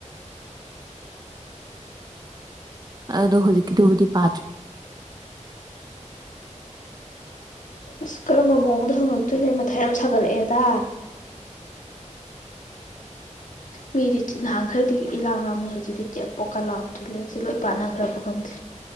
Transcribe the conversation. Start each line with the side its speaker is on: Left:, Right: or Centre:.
Right: ꯑꯗꯣ ꯍꯧꯖꯤꯛꯀꯤꯗꯨꯕꯨꯗꯤ ꯄꯥꯗ꯭ꯔꯦ
Left: ꯑꯁ ꯀꯔꯝꯕ ꯃꯑꯣꯡꯗ ꯍꯪꯉꯛꯇꯣꯏꯅꯣ ꯑꯩ ꯃꯊꯥꯏ ꯌꯥꯝ ꯁꯥꯒꯠꯂꯛꯑꯦꯗ ꯃꯤꯗꯤ ꯅꯍꯥꯟ ꯈꯔꯗꯤ ꯏꯂꯥꯡ ꯂꯥꯡꯅꯤ ꯍꯧꯖꯤꯛꯇꯤ ꯆꯦꯛ ꯄꯣꯛꯀ ꯂꯥꯎ ꯂꯦꯛꯁꯦ ꯂꯣꯏ ꯄꯥꯟꯅꯈ꯭ꯔꯕ ꯈꯪꯗꯦ